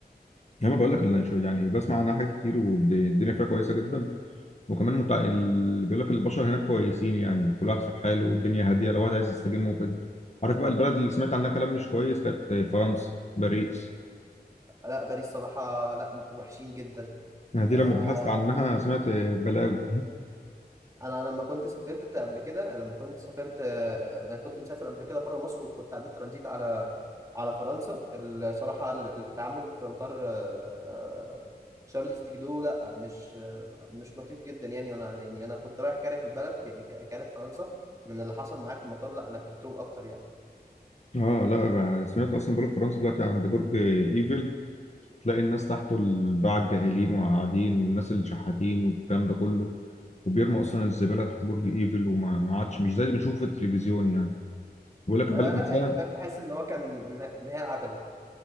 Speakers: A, on the left; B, on the right.
A: انا بقول لك اللي- يعني بسمع عنها حاجات كتير والدنيا فيها كويسه جدا وكمان متع... اللي بيقول لك البشر هناك كويسين يعني كل واحد في حاله والدنيا هاديه لو واحد عايز يستجم ممكن عارف بقى البلد اللي سمعت عنها كلام مش كويس كانت فرنسا باريس
B: لا باريس صراحة لا وحشين جدا
A: دي لما
B: آه،
A: بحثت عنها سمعت بلاوي
B: انا لما كنت سافرت قبل كده لما كنت سافرت آه، انا كنت مسافر قبل كده بره مصر وكنت عديت ترانزيت على على فرنسا الصراحه ال- التعامل في مطار آه، شارلز دي جدو لا مش آه، مش لطيف جدا يعني وانا يعني انا كنت رايح كاره البلد يعني ك- كاره فرنسا من اللي حصل معايا في المطار لا انا كرهتهم اكتر يعني
A: اه لا بقى سمعت اصلا بقول لك فرنسا دلوقتي عند برج ايفل تلاقي الناس تحته الباعة الجائلين وقاعدين والناس اللي شحاتين والكلام ده كله وبيرموا اصلا الزباله تحت برج ايفل وما ما عادش مش زي اللي بنشوفه في التلفزيون يعني بيقول لك البلد
B: آه لا
A: نفسها
B: يعني فاهم تحس ان هو كان ان إن هي العتبه